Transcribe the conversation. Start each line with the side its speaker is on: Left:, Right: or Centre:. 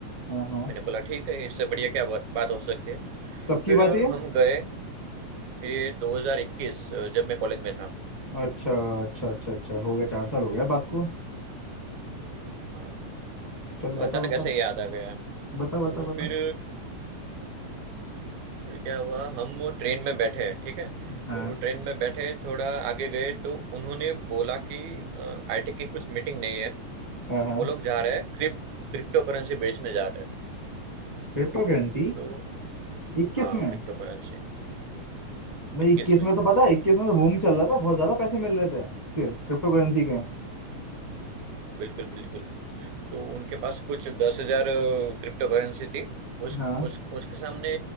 Left: हाँ हाँ
Right: मैंने बोला ठीक है इससे बढ़िया क्या बात बात हो सकती है
Left: कब की
Right: फिर
Left: बात
Right: अ,
Left: है ये?
Right: हम गए ये 2021 अ, जब मैं कॉलेज में था
Left: अच्छा अच्छा अच्छा अच्छा हो गया चार साल हो गया बात को
Right: हाँ
Left: चल
Right: तो अचानक
Left: बता बता
Right: ऐसे ही याद आ गया
Left: बता
Right: तो
Left: बता बता
Right: फिर फिर क्या हुआ हम वो ट्रेन में बैठे हैं ठीक है
Left: हाँ
Right: तो ट्रेन में बैठे थोड़ा आगे गए तो उन्होंने बोला कि आईटी की कुछ मीटिंग नहीं है
Left: हाँ हाँ
Right: वो लोग जा रहे हैं क्रिप क्रिप्टो करेंसी बेचने जा रहे हैं
Left: Crypto currency
Right: तो
Left: इक्कीस
Right: हाँ
Left: में
Right: क्रिप्टो करेंसी
Left: भाई
Right: इक्कीस
Left: इक्कीस
Right: में
Left: में तो पता है इक्कीस में तो बूम चल रहा था बहुत ज्यादा पैसे मिल रहे थे इसके क्रिप्टो करेंसी के
Right: बिल्कुल बिल्कुल तो उनके पास कुछ दस हजार क्रिप्टो करेंसी थी उस,
Left: हाँ
Right: उस उसके सामने